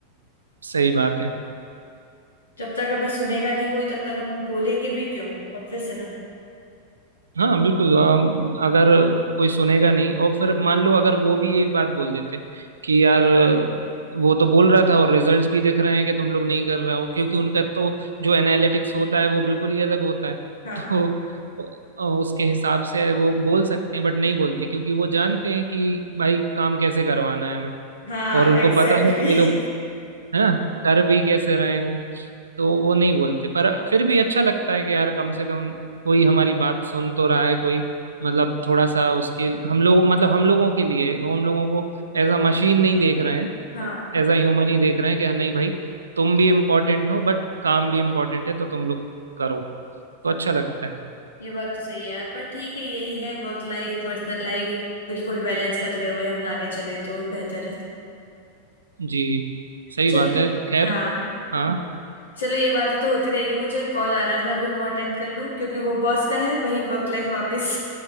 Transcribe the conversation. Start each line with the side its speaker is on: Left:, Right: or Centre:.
Right: सही बात है
Left: <laughs> जब तक हमें सुनेगा नहीं कोई तब तक हम बोलेंगे भी क्यों ऑब्वियस है ना
Right: हाँ बिल्कुल अम, अगर कोई सुनेगा नहीं और फिर मान लो अगर वो भी यही बात बोल देते कि यार वो तो बोल रहा था और रिजल्ट्स भी दिख रहे हैं कि तुम लोग नहीं कर रहे हो क्योंकि उनका तो जो एनालिटिक्स होता है वो बिल्कुल ही अलग होता है <laughs>
Left: हाँ
Right: तो अ, उसके हिसाब से वो बोल सकते हैं बट नहीं बोलते क्योंकि वो जानते हैं कि भाई काम कैसे करवाना है हमें
Left: हाँ
Right: और उनको
Left: एग्जैक्टली
Right: पता है कि ये लोग है ना कर भी कैसे रहे हैं तो वो नहीं बोलते पर फिर भी अच्छा लगता है कि यार कम से कम कोई हमारी बात सुन तो रहा है कोई मतलब थोड़ा सा उसके हम लोग मतलब हम लोगों के लिए वो हम लोगों को एज अ मशीन नहीं देख रहे हैं
Left: <laughs> हाँ
Right: एज अ ह्यूमन ही देख रहे हैं कि हाँ, नहीं भाई तुम भी इम्पोर्टेंट हो बट काम भी इम्पोर्टेंट है तो तुम लोग करो तो अच्छा लगता है
Left: ये बात तो सही है यार पर ठीक है यही है वर्क लाइफ पर्सनल लाइफ बिल्कुल बैलेंस करते हुए हम आगे चले तो ही बेहतर है
Right: जी सही
Left: चल
Right: बात है खैर
Left: हाँ
Right: हाँ
Left: चलो ये बातें तो होती रहेगी मुझे कॉल आ रहा है मैं अभी वो अटेंड कर लूँ क्योंकि वो बॉस का है वही वर्क लाइफ वापस